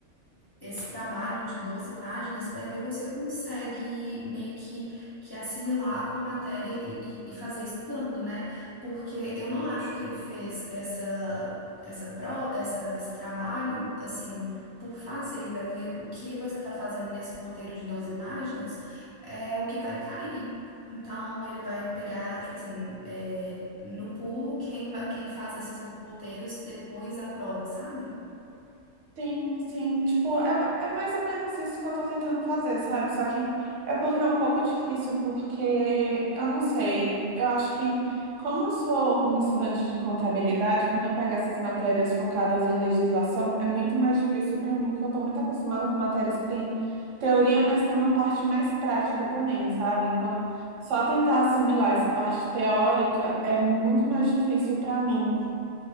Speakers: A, on the left; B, on the right.
A: esse trabalho de 12 páginas, vai ver você consegue meio que, que assimilar com a matéria e, e- e fazer estudando, né? Porque eu não acho que ele fez essa, essa, pro, essa, esse trabalho, assim, por fazer. Vai ver o que você está fazendo nesse roteiro de 12 páginas, é o que vai cair. Então, ele vai pegar, tipo assim, é, no pulo, quem vai, quem faz esses roteiros depois da prova, sabe?
B: Sim, sim, tipo, é, é mais ou menos isso que eu tô tentando fazer, sabe? Só que é porque é um pouco difícil, porque eu não sei, eu acho que como eu sou um estudante de contabilidade, quando eu pego essas matérias focadas em legislação, é muito mais difícil para mim, porque eu tô muito acostumada com matérias que tem teoria, mas tem uma parte mais prática também, sabe? Então, só tentar assimilar essa parte teórica é muito mais difícil para mim.